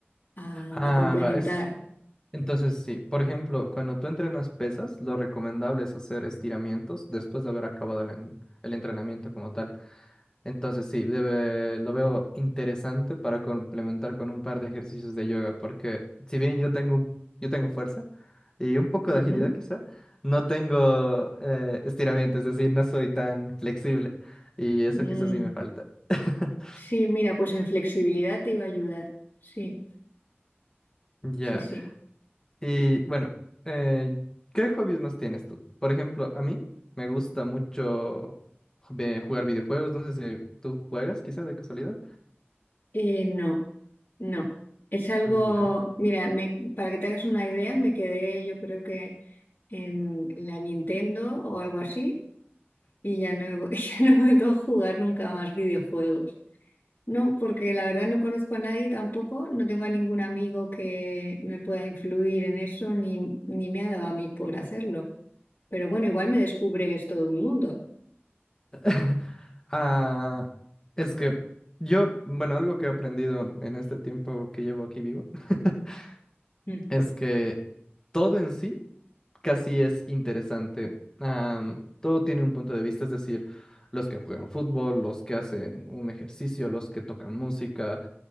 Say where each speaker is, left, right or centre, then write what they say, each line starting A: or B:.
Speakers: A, on the left; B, on the left.
A: a,
B: Ah,
A: a complementar.
B: va, es. Entonces, sí, por ejemplo, cuando tú entrenas pesas, lo recomendable es hacer estiramientos después de haber acabado el, en- el entrenamiento como tal. Entonces sí, debe- lo veo interesante para complementar con un par de ejercicios de yoga, porque si bien yo tengo, un- yo tengo fuerza y un poco
A: Ujú.
B: de agilidad quizá, no tengo eh, estiramiento, es decir, no soy tan flexible y eso
A: Mm.
B: quizás sí me falta. <laughs>
A: Sí, mira, pues en flexibilidad te iba a ayudar. Sí,
B: Ya,
A: sí, sí.
B: Y bueno, eh, ¿qué hobbies más tienes tú? Por ejemplo, a mí me gusta mucho ve- jugar videojuegos, no sé si tú juegas quizá de casualidad.
A: Eh, no, no. Es algo,
B: Ya.
A: mira, me- para que te hagas una idea, me quedé yo creo que en la Nintendo o algo así y ya no he, vu- <laughs> ya no he vuelto a jugar nunca más videojuegos. No, porque la verdad no conozco a nadie tampoco, no tengo a ningún amigo que me pueda influir en eso ni, ni me ha dado a mí por hacerlo. Pero bueno, igual me descubres todo un mundo.
B: <laughs> Ah, es que yo, bueno, algo que he aprendido en este tiempo que llevo aquí vivo <laughs>
A: Mm,
B: es que todo en sí casi es interesante. Am, todo tiene un punto de vista, es decir, los que juegan fútbol, los que hacen un ejercicio, los que tocan música,